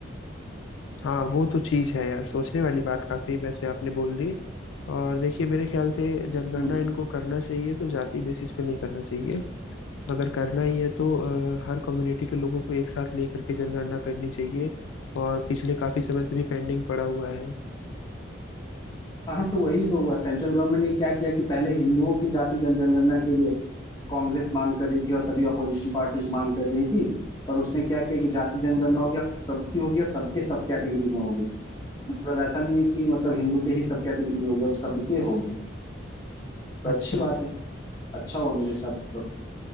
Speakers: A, on the left; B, on the left.
A: हाँ वो तो चीज़ है यार सोचने वाली बात काफी वैसे आपने बोल दी और देखिए मेरे ख्याल से जनगणना
B: हम्म,
A: इनको करना चाहिए तो जाति बेसिस पे नहीं करना चाहिए अगर करना ही है तो अ, हर कम्युनिटी के लोगों को एक साथ लेकर के जनगणना करनी चाहिए और पिछले काफी समय से भी पेंडिंग पड़ा हुआ है
B: हाँ तो वही तो हुआ सेंट्रल गवर्नमेंट ने क्या किया कि पहले हिंदुओं की जाति गण- जनगणना के लिए कांग्रेस मांग कर रही थी और सभी अपोजिशन पार्टीज मांग कर रही थी पर उसने क्या किया कि जाति जनगणना होगी अब सबकी होगी और सबके सब कैटेगरी में होगी मतलब ऐसा नहीं है कि मतलब हिंदू के ही सब कैटेगरी में होगी अब सबके होगी तो अच्छी
A: अच्छा
B: बात है अच्छा हुआ मेरे हिसाब से तो